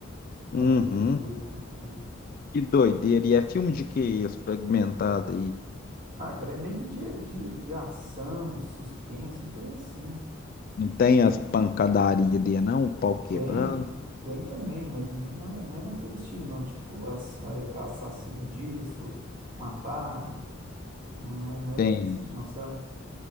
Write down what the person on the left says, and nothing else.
uhum,
que doideira. E é filme de que esse fragmentado aí?
Não tem as pancadarias dele, não? O pau quebrando?
Tem.